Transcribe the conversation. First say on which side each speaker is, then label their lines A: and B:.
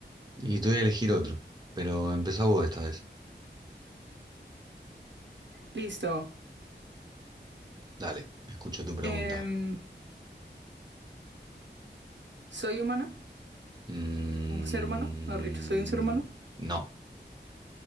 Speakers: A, on the right (about 25°); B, on the right (about 80°).
A: Y te voy a elegir otro. Pero empezá vos esta vez.
B: Listo.
A: Dale, escucho tu pregunta.
B: Em, ¿soy humana?
A: Mm,
B: ¿Un ser humano? Mejor dicho, ¿soy un ser humano?
A: no.